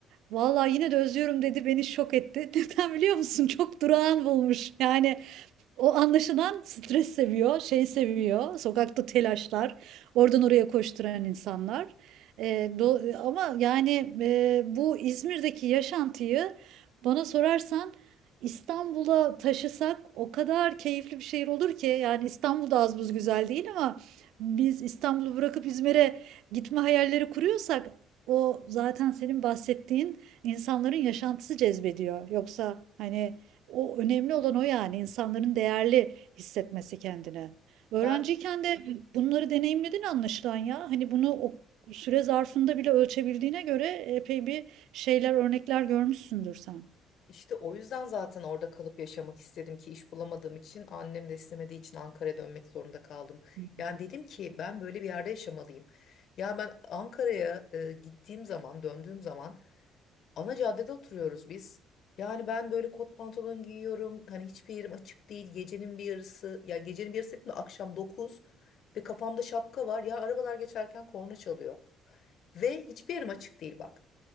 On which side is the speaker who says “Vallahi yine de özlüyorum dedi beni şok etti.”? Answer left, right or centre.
Right